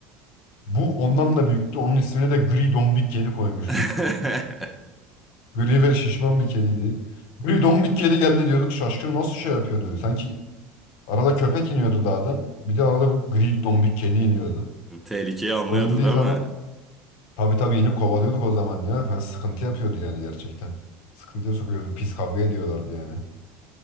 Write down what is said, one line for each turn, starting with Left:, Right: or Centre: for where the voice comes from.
Left: Bu ondan da büyüktü. Onun ismini de gri dombik kedi koymuştuk.
Centre: <laughs>
Left: Gri ve şişman bir kediydi. Gri dombik kedi geldi diyorduk. Şaşkın nasıl şey yapıyordu? Sanki Arada köpek iniyordu dağdan. Bir de arada bu gri dombik kedi iniyordu.
Centre: Tehlikeyi anlıyordu
Left: O indiği
Centre: değil
Left: zaman
Centre: mi?
Left: tabii tabii inip kovalıyorduk o zaman ya. Falan sıkıntı yapıyordu yani gerçekten. Sıkıntıya sokuyordu. Pis kavga ediyorlardı yani.